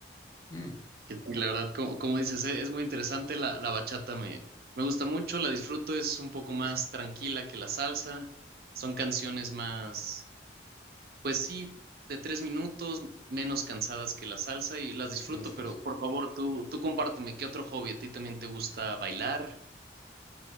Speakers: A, on the left; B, on the right.
A: Mm,
B: Que sí, la verdad, como, como dices, e- es muy interesante. La, la bachata me, me gusta mucho, la disfruto, es un poco más tranquila que la salsa. Son canciones más, pues sí, de tres minutos, menos cansadas que la salsa y las disfruto,
A: que la salsa.
B: pero por favor, tú, tú compárteme, ¿qué otro hobby? ¿A ti también te gusta bailar?